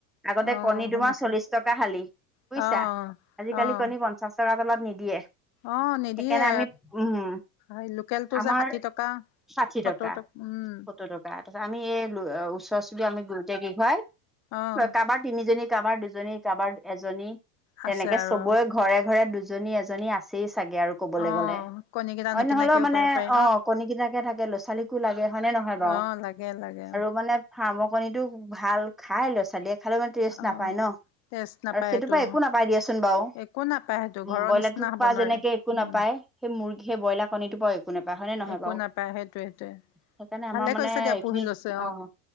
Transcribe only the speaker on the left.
অ',
শুনিছোঁ
অ',
অ',
অ', নিদিয়ে,
এই লোকেলটো
যে ষাঠি টকা।
সত্তৰ
উম,
অ',
আছে
আৰু
অ',
কণীকেইটা
নিকিনাকেও
পাই পাৰি
অ', লাগে লাগে
অ',
টেষ্ট নাপায়
সেইটো
একো নাপায় সেইটো
ঘৰৰ
নিচিনা হ'ব
নোৱাৰে
উম,
একো
নাপায় সেইটোৱে সেইটোৱে
ভালে
কৰিছে দিয়া
পুহি লৈছে